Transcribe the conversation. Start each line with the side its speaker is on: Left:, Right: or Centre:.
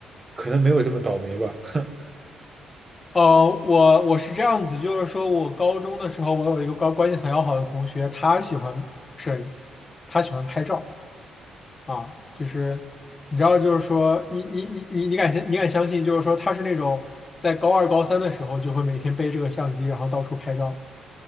Right: 可能没有这么倒霉吧？<laughs>
Left: 哦，我我是这样子，就是说我高中的时候，我有一个高关系很要好的同学，他喜欢摄影，他喜欢拍照。啊，就是你知道，就是说，你你你你你敢相你敢相信，就是说他是那种在高二高三的时候就会每天背这个相机，然后到处拍照